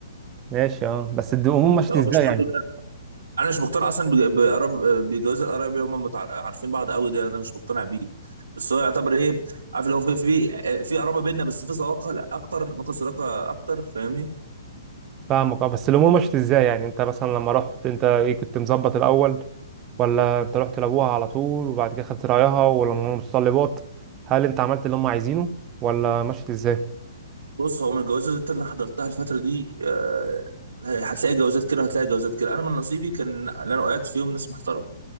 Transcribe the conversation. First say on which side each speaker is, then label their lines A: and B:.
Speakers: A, on the right; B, on the right.
A: ماشي اه بس الد- الامور مشيت
B: اه
A: ازاي
B: مش برضه
A: يعني
B: انا مش مقتنع اصلا بج- بقراب بجواز القرايب اللي هم متع- عارفين بعض قوي ده ده مش مقتنع بيه بس هو يعتبر ايه عارف اللي هو في في في قرابه بيننا بس في صداقه لا اكتر ممكن صداقه اكتر فاهمني
A: فاهمك اه بس الامور مشيت ازاي يعني انت مثلا لما رحت انت ايه كنت مظبط الاول ولا انت رحت لابوها على طول وبعد كده خدت رايها ولا من المتطلبات هل انت عملت اللي هم عايزينه ولا مشيت ازاي
B: بص هو من الجوازات اللي انا حضرتها الفتره دي آه، هتلاقي جوازات كده وهتلاقي جوازات كده انا من نصيبي كان اللي انا وقعت فيهم ناس محترمه